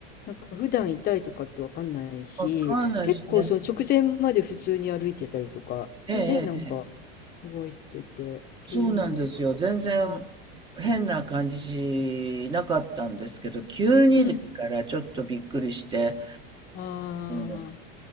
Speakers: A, on the left; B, on the right.
A: なんか普段痛いとかってわかんないし、
B: わかんないしね。
A: 結構その直前まで普通に歩いてたりとか、
B: ええ、
A: ね、なんか
B: ええ。
A: 動いてて、急になんか。
B: そうなんですよ。全然
A: うん。
B: 変な感じしなかったんですけど、急にですからちょっとびっくりして、
A: うんあ
B: うんうん